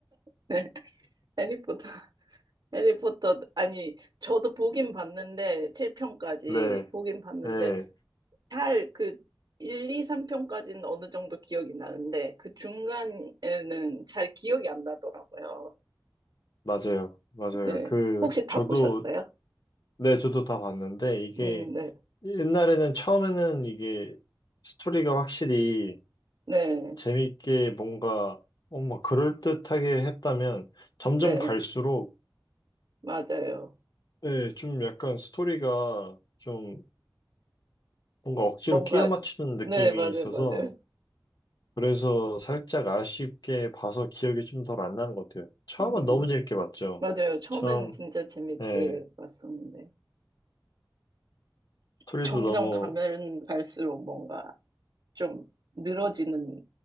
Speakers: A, on the right; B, on the left.
A: <laughs> 해리포터, 해리포터, 아니, 저도 보긴 봤는데, 7편까지
B: <laughs> 네
A: 보긴 봤는데,
B: 네
A: 잘 그 1, 2, 3편까지는 어느 정도 기억이 나는데, 그 중간에는 잘 기억이 안 나더라고요.
B: 맞아요 맞아요
A: 네.
B: 그
A: 혹시 다
B: 저도
A: 보셨어요?
B: 네 저도 다 봤는데 이게
A: 음, 네.
B: 옛날에는 처음에는 이게 스토리가 확실히
A: 네.
B: 재밌게 뭔가 어머 그럴듯하게 했다면 점점
A: 네.
B: 갈수록
A: 맞아요.
B: 네, 좀 약간 스토리가 좀 뭔가 억지로
A: 뭔가,
B: 끼워 맞추는 느낌이
A: 네, 맞아요,
B: 있어서
A: 맞아요.
B: 그래서 살짝 아쉽게 봐서 기억이 좀 덜 안 나는 것 같아요. 처음은
A: 음,
B: 너무 재밌게 봤죠.
A: 맞아요. 처음엔
B: 처음,
A: 진짜 재밌게
B: 예,
A: 봤었는데,
B: 소리도
A: 점점
B: 너무,
A: 가면 갈수록 뭔가 좀 늘어지는